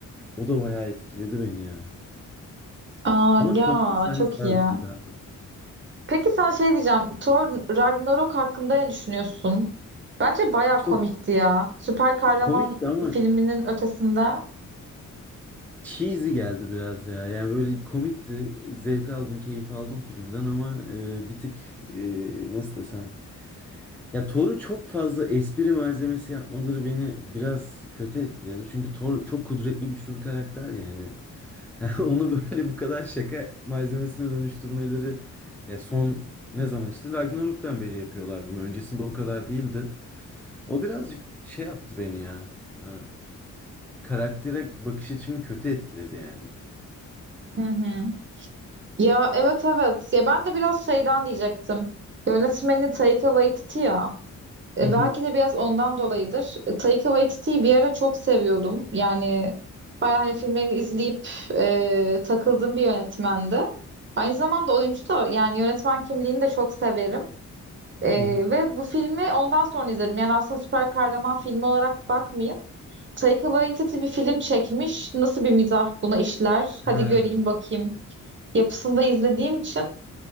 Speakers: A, in the centre; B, on the right.
A: O da bayağı etkiledi beni ya.
B: Aa
A: Ama
B: ya
A: Tony Stark'ın sahnesi
B: çok
A: daha
B: iyi.
A: üzücüydü. haklısın.
B: Peki sana şey diyeceğim. Thor Ragnarok hakkında ne düşünüyorsun? Bence baya
A: Çok
B: komikti ya. Süper kahraman
A: komikti ama
B: filminin ötesinde.
A: cheesy geldi biraz ya. Yani böyle komikti. Zevk aldım, keyif aldım filmden ama eee, bir tık eee, nasıl desem Ya Thor'u çok fazla espri malzemesi yapmaları beni biraz kötü etkiledi. Çünkü Thor çok kudretli güçlü bir karakter yani. <laughs> Onu böyle bu kadar şaka malzemesine dönüştürmeleri ya son ne zaman işte Ragnarok'tan beri yapıyorlar bunu. Öncesinde o kadar değildi. O birazcık şey yaptı beni ya. Eee, karaktere bakış açımı kötü etkiledi yani.
B: Hı hı. Ya evet evet. Ya ben de biraz şeyden diyecektim. Yönetmeni Taika Waititi ya. E,
A: Hı hı,
B: Belki de biraz ondan dolayıdır. E, Taika Waititi'yi bir ara çok seviyordum. Yani bayağı hani filmlerini izleyip e, takıldığım bir yönetmendi. Aynı zamanda oyuncu da yani yönetmen kimliğini de çok severim. Ee,
A: hı hı.
B: ve bu filmi ondan sonra izledim. Yani aslında süper kahraman filmi olarak bakmayıp Taika Waititi bir film çekmiş. Nasıl bir mizah buna işler? Hadi
A: Ha,
B: göreyim bakayım. Yapısında izlediğim için